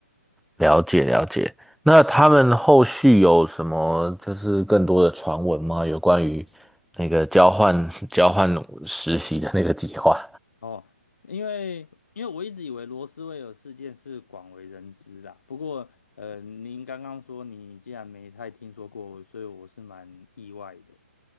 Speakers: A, in the centre; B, on the left.
A: 了解了解。那他们后续有什么就是更多的传闻吗？有关于那个交换 <laughs> 交换实习的那个计划？
B: 哦，因为因为我一直以为罗斯威尔事件是广为人知啦，不过呃，您刚刚说你竟然没太听说过，所以我是蛮意外的。